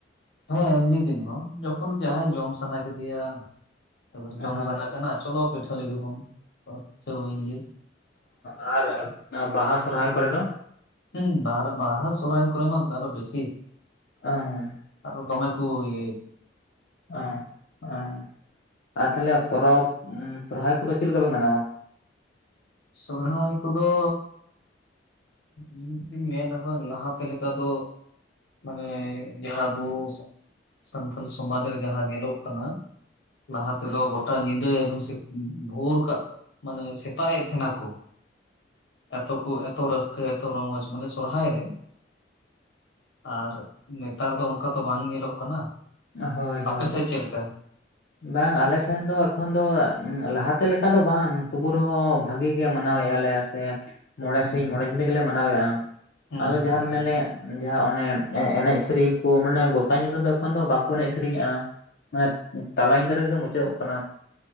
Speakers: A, on the left; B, on the left.
A: ᱦᱮᱸ ᱮᱢᱱᱤ ᱫᱤᱱ ᱦᱚᱸ ᱡᱚᱠᱷᱚᱱ ᱡᱟᱦᱟᱸᱭ ᱡᱚᱢ ᱥᱟᱱᱟ ᱠᱮᱫᱮᱭᱟ, ᱮᱵᱟᱨ ᱡᱚᱢ
B: ᱦᱳᱭ
A: ᱥᱟᱱᱟ ᱠᱟᱱᱟ ᱪᱚᱞᱚ ᱯᱤᱴᱷᱟᱹ ᱞᱮᱜᱮ ᱵᱚᱱ ᱫᱚ ᱯᱴᱤᱷᱟᱹ ᱦᱩᱭᱮᱱ ᱜᱮ᱾
B: ᱦᱚᱸ ᱟᱨ ᱵᱟᱦᱟ ᱥᱚᱨᱚᱦᱟᱭ ᱠᱚᱨᱮ ᱫᱚ?
A: ᱦᱩᱸ ᱵᱟᱦᱟᱨᱟ ᱵᱟᱦᱟ ᱥᱚᱨᱚᱨᱟᱭ ᱠᱚᱨᱮ ᱢᱟ ᱟᱨᱚ ᱵᱮᱥᱤ᱾
B: ᱚᱸᱻ
A: ᱟᱫᱚ ᱫᱚᱢᱮ ᱠᱚ ᱤᱭᱟᱹᱭᱟᱠᱚ᱾
B: ᱚᱸ ᱚᱸ ᱟᱨ ᱛᱟᱦᱚᱞᱮ ᱯᱚᱨᱚᱵᱽ ᱥᱚᱨᱚᱦᱟᱭ ᱠᱚᱫᱚ ᱪᱮᱫ ᱞᱮᱠᱟᱯᱮ ᱢᱟᱱᱟᱣᱟ?
A: ᱥᱚᱨᱦᱟᱭ ᱠᱚᱫᱚ, ᱤᱧ ᱤᱧ ᱢᱮᱱᱟ ᱛᱚ ᱵᱟᱝ ᱞᱟᱦᱟᱛᱮ ᱞᱮᱠᱟ ᱫᱚ, ᱢᱟᱱᱮ ᱡᱟᱦᱟᱸ ᱟᱵᱚ ᱥᱟᱱᱛᱟᱞ ᱥᱚᱢᱟᱡᱽ ᱨᱮ ᱡᱟᱦᱟᱸ ᱧᱮᱞᱚᱜ ᱠᱟᱱᱟ, ᱞᱟᱦᱟ ᱛᱮᱫᱚ ᱜᱚᱴᱟ ᱧᱤᱫᱟᱹ ᱮᱠᱫᱚᱢ ᱵᱷᱳᱨ ᱠᱟᱜ ᱢᱟᱱᱮ ᱥᱮᱛᱟᱜ ᱮ, ᱠᱷᱟᱱᱟ ᱠᱚ ᱮᱛᱚ ᱠᱚ ᱮᱛᱚ ᱨᱟᱹᱥᱠᱟᱹ ᱮᱛᱚ ᱨᱚᱢᱚᱡᱽ ᱢᱟᱱᱮ ᱥᱚᱨᱦᱟᱭ ᱨᱮ ᱟᱨ ᱱᱮᱛᱟᱨ ᱫᱚ ᱚᱱᱠᱟ ᱛᱚ ᱵᱟᱝ ᱧᱮᱞᱚᱜ ᱠᱟᱱᱟ᱾
B: ᱦᱳᱭ
A: ᱟᱯᱮᱥᱮᱜ
B: ᱦᱳᱭ
A: ᱪᱮᱜ ᱞᱮᱠᱟ?
B: ᱵᱟᱝ ᱟᱞᱮᱥᱮᱱ ᱫᱚ ᱮᱠᱷᱚᱱ ᱫᱚ ᱞᱟᱦᱟᱛᱮ ᱞᱮᱠᱟ ᱫᱚ ᱵᱟᱝ ᱛᱩᱵᱩ ᱨᱮᱦᱚᱸ ᱵᱷᱟᱜᱤ ᱜᱮ ᱢᱟᱱᱟᱣᱮᱜᱼᱟ ᱞᱮ ᱟᱨ ᱢᱚᱬᱮ
A: ᱦᱩᱸ
B: ᱥᱤᱧ ᱢᱚᱬᱮ ᱧᱤᱱᱫᱟᱜᱮᱞᱮ ᱢᱟᱱᱟᱣᱮᱫᱼᱟ
A: ᱦᱩᱸ
B: ᱟᱫᱚ ᱡᱟᱦᱟᱸ, ᱢᱮᱱᱮ ᱡᱟᱦᱟᱸ ᱚᱱᱮ ᱮᱱᱮᱡ ᱥᱮᱨᱮᱧ ᱠᱚ ᱢᱟᱱᱮ ᱜᱚᱴᱟ ᱧᱤᱫᱟ ᱫᱚ ᱮᱠᱷᱚᱱ ᱫᱚ ᱵᱟᱠᱚ ᱮᱱᱮᱡ ᱥᱮᱨᱮᱧᱮᱜᱼᱟ᱾ ᱢᱟᱱᱮ ᱛᱟᱞᱟ ᱧᱤᱫᱟᱹ ᱨᱮᱜᱮ ᱢᱩᱪᱟᱹᱫᱚᱜ ᱠᱟᱱᱟ᱾